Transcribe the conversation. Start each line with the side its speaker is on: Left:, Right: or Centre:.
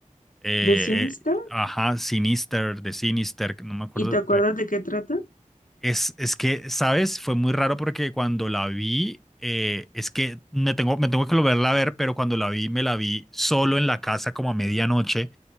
Centre: eh,
Left: ¿de cine está
Centre: eh, ajá, Sinister, de Sinister, no me acuerdo.
Left: ¿Y te acuerdas
Centre: pero
Left: de qué trata?
Centre: Es, es que, ¿sabes? Fue muy raro porque cuando la vi, eh, es que me tengo, me tengo que volverla a ver, pero cuando la vi, me la vi solo en la casa como a medianoche.